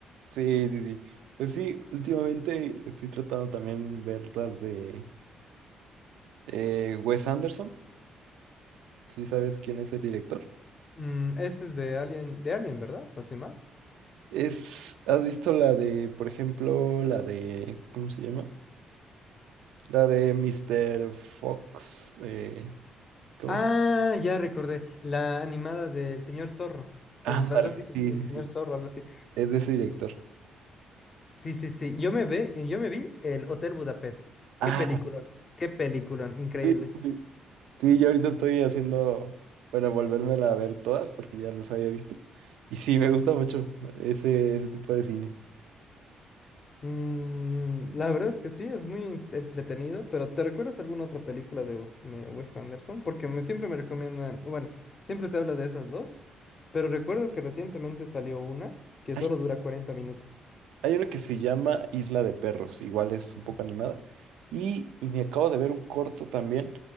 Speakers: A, on the right; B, on the left.
A: sí, sí, sí. sí. Pues sí, últimamente estoy tratando también ver las de eh, Wes Anderson, si sabes quién es el director.
B: Mm, eso es de Alien, de Alien, ¿verdad? ¿No estoy mal?
A: Es, ¿has visto la de, por ejemplo, la de, ¿cómo se llama? La de Mr. Fox, eh, ¿cómo
B: Ah,
A: se
B: ya recordé. La animada del señor Zorro.
A: Ándale,
B: El fantástico
A: sí,
B: mundo del
A: sí,
B: señor
A: sí.
B: Zorro, algo así.
A: Es de ese director.
B: Sí, sí, sí. Yo me ve, yo me vi el Hotel Budapest.
A: Ah,
B: Qué peliculón, qué peliculón, increíble.
A: sí, sí. Sí, yo ahorita estoy haciendo, bueno, volvérmela a ver todas porque ya los había visto. Y sí, me gusta mucho ese, ese tipo de cine.
B: Mm, la verdad es que sí, es muy en- entretenido, pero ¿te recuerdas alguna otra película de W- me- Wes Anderson? Porque me, siempre me recomiendan, bueno, siempre se habla de esas dos, pero recuerdo que recientemente salió una que
A: Hay,
B: solo dura 40 minutos.
A: hay una que se llama Isla de Perros, igual es un poco animada. Y, y me acabo de ver un corto también,